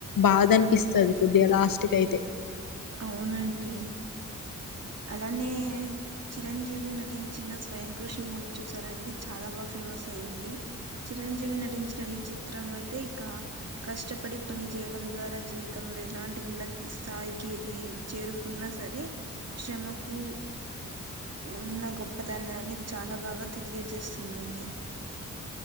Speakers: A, on the left; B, on the right.
A: బాధ అనిపిస్త స్తది కొద్ది గా లాస్ట్ కైతే
B: అవునండి అలానే చిరంజీవి నటించిన స్వయం కృషి మూవీ చూసారండి చాలా బాగా ఫేమస్ అయింది చిరంజీవి నటించిన ఈ చిత్రం అయితే ఇక కష్టపడి పని చేయడం ద్వారా జీవితంలో ఇలాంటి ఉన్నత స్థాయి కి ఏది చేరుకున్నా సరే శ్రమకు ఉన్న గొప్పతనాన్ని చాలా బాగా తెలియజేస్తుందని